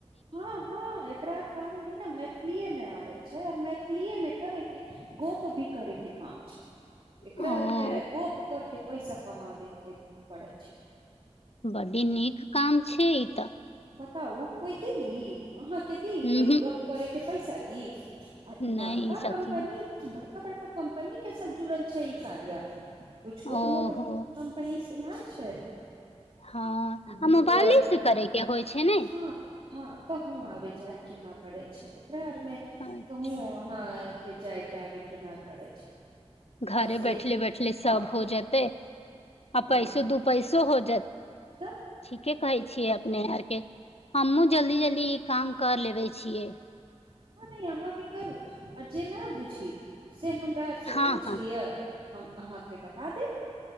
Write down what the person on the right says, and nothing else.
हँ हँ एकरा काम भी ने मैथिलीएमे आबल छै आ मैथिलीएमे करयके गोप भी करेके काम छै एकरा
आरमे गोप कर के पैसा कम देे के पड़ै छै
त ओ को छैी अहाँ के दी कोइ
गप्प करै के पैसा ई आ
बड़का
कम्पनी बड़ बड़का बड़का कम्पनी के सा जुड़ल छै ई कार्य ओ छोट
मोट कम्पनी केना छै
गूगल
हँ हँ कहूँ आब जाइ केना पड़ै छै लग मे
कहू हाँ के जाइके आब के नहि पड़ै छै
बस एक
हँ
हँ
तब
हँ दईया हँ जी करु जेना बुझी से हमरा आर से
पूछि
लियअ हम अहाँके बता देब